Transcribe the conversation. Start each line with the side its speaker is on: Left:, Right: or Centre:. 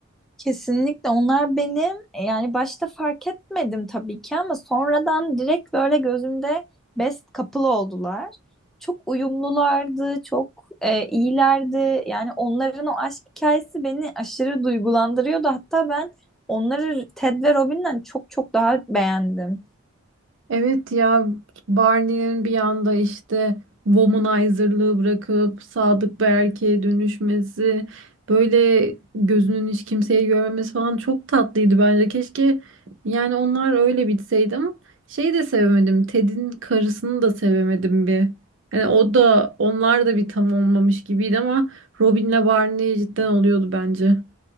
Centre: Kesinlikle onlar benim e, yani başta fark etmedim tabii ki ama sonradan direkt böyle gözümde best couple oldular. Çok uyumlulardı, çok e, iyilerdi. Yani onların o aşk hikayesi beni aşırı duygulandırıyordu. Hatta ben onları Ted ve Robin'den çok çok daha beğendim.
Right: Evet ya Barney'nin bir anda işte womanizer'lığı bırakıp sadık bir erkeğe dönüşmesi, böyle gözünün hiç kimseyi görmemesi falan çok tatlıydı bence. Keşke yani onlar öyle bitseydi ama şeyi de sevemedim. Ted'in karısını da sevemedim bir. Yani o da onlar da bir tam olmamış gibiydi ama Robin'le Barney cidden oluyordu bence.